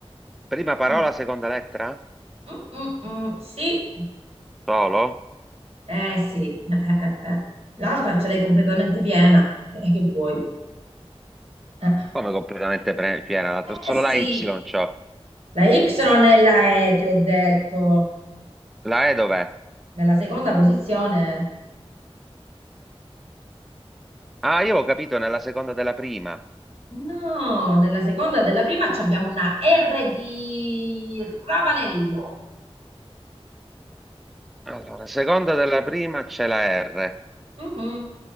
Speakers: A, in the centre; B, on the right.
A: Prima parola,
B: Mm,
A: seconda lettera?
B: mm, mm, mm, Sì,
A: Solo?
B: eh sì. Eh, eh, eh, eh. L'altra ce l'hai completamente piena. Eh, che vuoi? Eh,
A: Come completamente pre- piena l'altra? Solo
B: eh, sì.
A: la Y c'ho.
B: La Y è la E, ti ho detto.
A: La E dov'è?
B: Nella seconda posizione,
A: Ah, io ho capito nella seconda della prima.
B: no, nella seconda della prima ci abbiamo una R di Ravanello.
A: Allora, seconda della prima c'è la R.
B: Mhm.